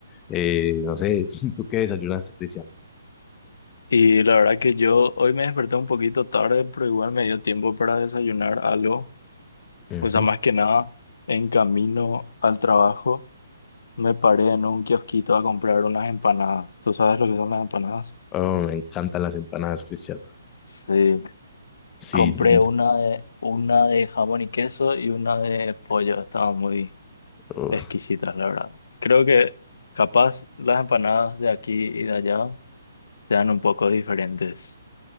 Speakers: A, on the left; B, on the left.
A: Eh, no sé, <laughs> ¿tú qué desayunaste, Cristian?
B: Y la verdad que yo hoy me desperté un poquito tarde, pero igual me dio tiempo para desayunar algo.
A: Ujú.
B: O sea, más que nada, en camino al trabajo me paré en un kiosquito a comprar unas empanadas. ¿Tú sabes lo que son las empanadas?
A: Oh, me encantan las empanadas, Cristian.
B: Sí,
A: Sí,
B: Compré
A: mm,
B: una de, una de jamón y queso y una de pollo. Estaban muy
A: oh,
B: exquisitas, la verdad. Creo que capaz las empanadas de aquí y de allá sean un poco diferentes.